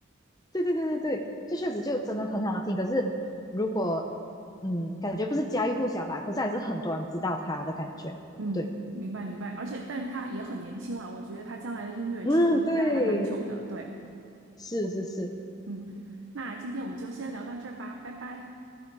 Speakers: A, on the left (about 20°); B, on the right (about 70°).
A: 对对对对对，就确实就真的很好听。可是如果嗯，感觉不是家喻户晓吧，可是还是很多人知道他的感觉。
B: 嗯，
A: 对，
B: 明白明白。而且，但是他也很年轻了，我觉得他将来的音乐之路应该还蛮久的。
A: 嗯，对，
B: 对。
A: 是是是，
B: 嗯，那今天我们就先聊到这儿吧，拜拜。